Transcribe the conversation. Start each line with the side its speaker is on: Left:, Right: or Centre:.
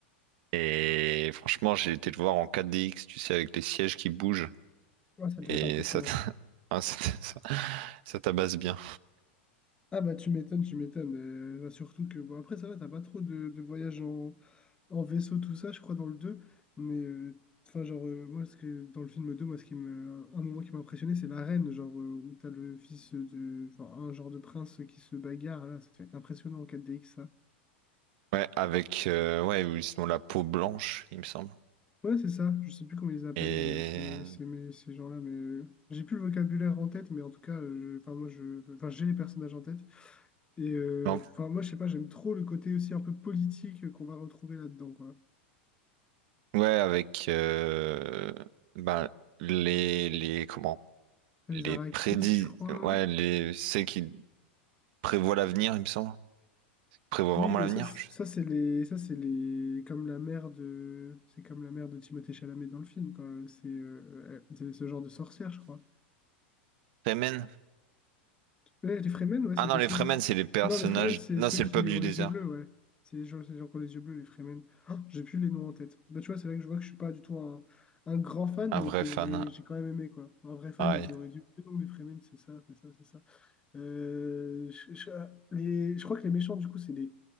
Right: Et franchement, j'ai été le voir en 4DX, tu sais, avec les sièges qui bougent,
Left: Ouais, ça devait
Right: et
Left: être impressionnant.
Right: ça, t'a- <laughs> ah, ça, t'a- ça- ça tabasse bien.
Left: Ah bah tu m'étonnes, tu m'étonnes. Euh, bah, surtout que, bon après ça va, t'as pas trop de, de voyages en, en vaisseau, tout ça, je crois, dans le deux Mais, euh, enfin genre, euh, moi, ce que, dans le film deux moi, ce qui me, un moment qui m'a impressionné, c'est l'arène, genre, euh, où t'as le fils de, enfin, un genre de prince qui se bagarre, là, ça devait être impressionnant en 4DX, ça.
Right: Ouais, avec, euh, ouais, ou sinon la peau blanche, il me semble.
Left: Ouais, c'est ça. Je sais plus comment ils appellent
Right: Et,
Left: euh, ces, ces, mais- ces gens-là, mais euh, j'ai plus le vocabulaire en tête, mais en tout cas, euh, je- enfin moi, je, enfin j'ai les personnages en tête. Et euh,
Right: non,
Left: enfin moi, je sais pas, j'aime trop le côté aussi un peu politique euh, qu'on va retrouver là-dedans, quoi.
Right: ouais, avec, euh, ben, les, les, comment,
Left: Les
Right: les
Left: Arrakis,
Right: prédits,
Left: je crois.
Right: ouais, les, c'est qui prévoit l'avenir, il me semble. prévoit
Left: Oui,
Right: vraiment l'avenir?
Left: euh, ça, c-
Right: Je-
Left: ça c'est les, ça c'est les, comme la mère de, c'est comme la mère de Timothée Chalamet dans le film, quoi. C'est euh, elle- c'est ce genre de sorcière, je crois.
Right: Fremen?
Left: Les, les Fremen, ouais,
Right: Ah
Left: c'est
Right: non,
Left: possible.
Right: les Fremen, c'est les personnages.
Left: Non, les Fremen, c'est
Right: Non,
Left: ceux
Right: c'est
Left: qui
Right: le peuple du
Left: ont les
Right: désert.
Left: yeux bleus, ouais. C'est les gens, c'est les gens qui ont les yeux bleus, les Fremen. Oh, j'ai plus les noms en tête. Bah, tu vois, c'est là que je vois que je suis pas du tout un, un grand fan,
Right: Un
Left: mais
Right: vrai
Left: que
Right: fan.
Left: j'ai j'ai quand même aimé, quoi. Un vrai fan,
Right: Ouais.
Left: il t'aurait dit, non, les Fremen, c'est ça, c'est ça, c'est ça. Euh, je, je- les, je crois que les méchants, du coup, c'est les